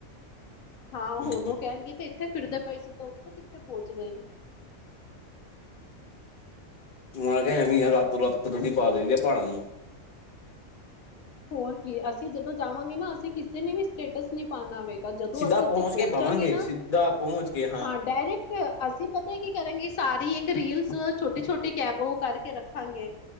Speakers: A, on the left (about 80°); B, on the left (about 40°).
A: ਹਾਂ
B: ਹੂੰ
A: ਹੁਣ ਉਹ ਕਹਿਣ ਦੀ ਤੇ ਇੱਥੇ ਫਿਰਦੇ ਪਏ ਸੀ ਤਾਂ ਉੱਥੇ ਕਿੱਥੇ ਪਹੁੰਚ ਗਏ ਨੇ।
B: ਉਹਨਾਂ ਕਿਹਾ ਐਵੇਂ ਆ ਰਾਤੋ ਰਾਤ ਗੱਡੀ ਪਾ ਦੇਦੀ ਆ ਪਹਾੜਾਂ ਨੂੰ।
A: ਹੋਰ ਕੀ ਅਸੀ ਜਦੋ ਜਾਵਾਂਗੇ ਨਾ ਅਸੀ ਕਿਸੇ ਨੇ ਵੀ ਸਟੇਟਸ ਨੀ ਪਾਣਾਵੇ। ਜਦੋ
B: ਸਿੱਧਾ
A: ਅਸੀ
B: ਪਹੁੰਚ
A: ਉੱਥੇ ਪਹੁੰਚਾਂਗੇ
B: ਕੇ ਪਾਵਾਂਗੇ
A: ਨਾ
B: ਸਿੱਧਾ ਪਹੁੰਚ ਕੇ
A: ਹਾਂ ਡਾਇਰੈਕਟ। ਅਸੀ ਪਤਾ ਕੀ ਕਰਾਂਗੇ ਸਾਰੀ ਇੱਕ ਰੀਲਸ ਛੋਟੀ ਛੋਟੀ ਕੈਬੋ ਕਰਕੇ ਰੱਖਾਂਗੇ।